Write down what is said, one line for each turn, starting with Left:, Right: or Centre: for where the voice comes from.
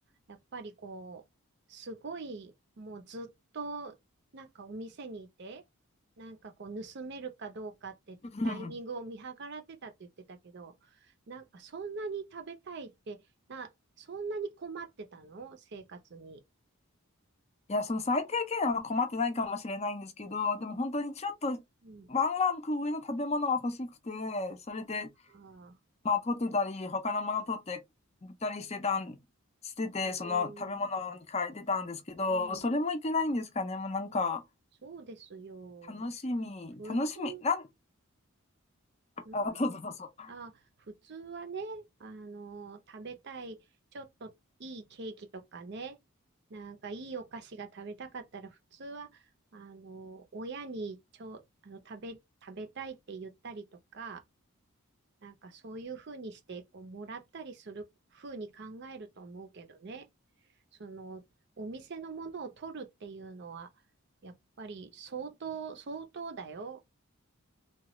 Right: やっぱりこう、すごい、もうずっと、なんかお店にいて、なんかこう、盗めるかどうかってタイミングを見計らってたって言ってたけど、
Left: <laughs>
Right: なんかそんなに食べたいって、な、そんなに困ってたの生活に。
Left: いや、その最低限は困ってないかもしれないんですけど、でも本当にちょっと
Right: うん。
Left: ワンランク上の食べ物が欲しくて、それで
Right: ああ、
Left: まあ、取ってたり、他のもの取って売ったりしてたん、してて、
Right: うん、
Left: その食べ物に変えてたんですけど、
Right: うん、
Left: それもいけないんですかね。もうなんか、
Right: そうですよ。
Left: 楽しみ、
Right: 普通、
Left: 楽しみ、なん、
Right: うん
Left: あ、どうぞどうぞ。
Right: あ、普通はね、あの、食べたい、ちょっといいケーキとかね、なんかいいお菓子が食べたかったら、普通は、あの、親にちょ、あの、食べ、食べたいって言ったりとか、なんかそういうふうにして、こう、もらったりするふうに考えると思うけどね、その、お店のものを取るっていうのは、やっぱり相当、相当だよ。